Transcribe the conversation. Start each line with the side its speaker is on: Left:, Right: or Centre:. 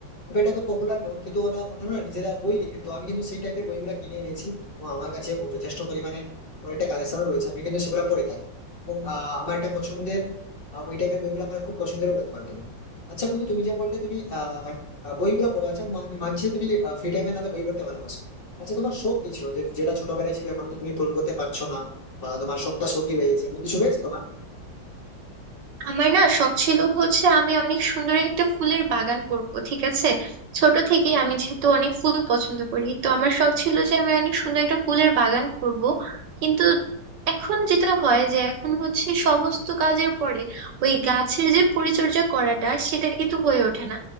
Left: খুব একটা তো পপুলার নয় কিন্তু ওরা অন্যান্য নিজেরা বই লিখে তো আমি কিন্তু সেই টাইপের বইগুলো কিনে এনেছি এবং আমার কাছে ও যথেষ্ট পরিমাণে অনেকটা কালেকশনও রয়েছে আমি কিন্তু সেগুলো পড়ে থাকি এবং আহ, আমার একটা পছন্দের আহ, ওই টাইপের বইগুলো আমার খুব পছন্দেরও বলতে পারো তুমি আচ্ছা বন্ধু তুমি যে বললে তুমি আহ আহ, বইগুলো পড়ো আচ্ছা মান- মানছি যে তুমি ফ্রি টাইমে না বই পড়তে ভালোবাসো আচ্ছা তোমার শখ কি ছিল যে- যেটা ছোটবেলায় ছিল এখন তো তুমি পূরণ করতে পারছো না বা তোমার শখটা শখই রয়ে গেছে এমন কিছু রয়েছে তোমার
Right: আমার না শখ ছিল হচ্ছে আমি অনেক সুন্দর একটা ফুলের বাগান করব ঠিক আছে ছোট থেকেই আমি যেহেতু অনেক ফুল পছন্দ করি তো আমার শখ ছিল যে আমি অনেক সুন্দর একটা ফুলের বাগান করব কিন্তু এখন যেটা হয় যে এখন হচ্ছে সমস্ত কাজের পরে ওই গাছের যে পরিচর্যা করাটা সেটা কিন্তু হয়ে ওঠে না